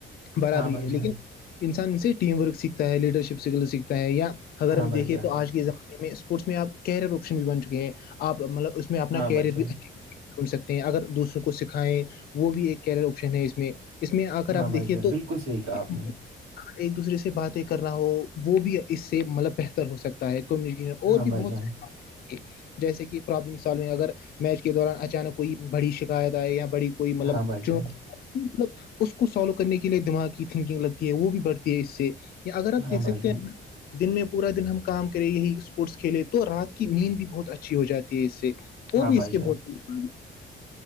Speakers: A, on the left (about 50°); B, on the right (about 80°).
A: برابری
B: ہاں بھائی
A: ہے
B: جان
A: لیکن انسان سے ٹیم ورک سیکھتا ہے لیڈر شپ سے سیکھتا ہے یا اگر
B: ہاں
A: ہم
B: بھائی
A: دیکے
B: جان
A: تو آج کے زمانے میں اسپورٹس میں آپ کیریئر آپشن بھی بن چکے ہیں آپ مطلب اس میں اس میں اپنا
B: ہاں
A: کیریئر
B: بھائی جان
A: بھی اچھا سن سکتے ہیں اگر دوسروں کو سکھائیں وہ بھی ایک کیریئر آپشن ہے اس میں میں آ کر
B: ہاں
A: آپ
B: بھائی
A: دیکھیے
B: جان
A: تو
B: بالکل
A: اگر
B: صحیح کہا آپ نے
A: ایک دوسرے سے باتیں کرنا ہو وہ بھی اس سے مطلب بہتر ہو سکتا کمیکیشن اور
B: ہاں
A: بھی
B: بھائی
A: بہت
B: جان
A: س جیسے کہ پرابلم سالونگ اگر میچ کے دوران اچانک کوئی بڑی شکایت آئے یا بڑی کوئی مطلب
B: ہاں بھائی
A: چنوتی
B: جان
A: مطلب اس کو سالو کرنے کے لیے دماغ کی تھنکنگ لگتی ہے وہ بھی بڑھتی ہے اس سے یا اگر آپ
B: ہاں
A: دیک سکتے
B: بھائی جان
A: ہیں دن میں پورا دن ہم کام کریں یہی اسپورٹس کھیلے تو رات کی نیند بھی بہت اچھی ہو جاتی ہے اس سے
B: ہاں
A: وہ بھی
B: بھائی
A: اس کے
B: جان
A: بہٹ میں